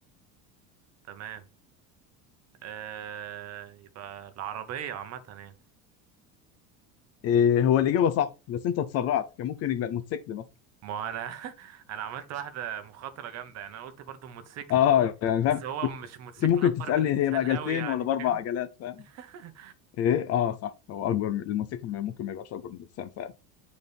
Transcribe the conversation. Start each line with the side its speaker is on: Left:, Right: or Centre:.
Right: تمام آه يبقى العربية عامة يعني
Left: إيه هو الإجابة صح بس انت اتسرعت كان ممكن يبقى الموتوسيكل مثلا
Right: ما انا <laughs> انا عملت واحدة مخاطرة جامدة يعني انا قلت برضو الموتوسيكل
Left: اه يعني فاهم
Right: بس هو
Left: كنت
Right: مش موتوسيكل
Left: ممكن
Right: اكبر
Left: تسألني
Right: من انسان
Left: هي بعجلتين
Right: قوي يعني
Left: ولا بأربع
Right: فاهم
Left: عجلات
Right: <laughs>
Left: فاهم ايه اه صح هو أكبر من الموتوسيكل ما- ممكن ما يبقاش أكبر من الإنسان فعلا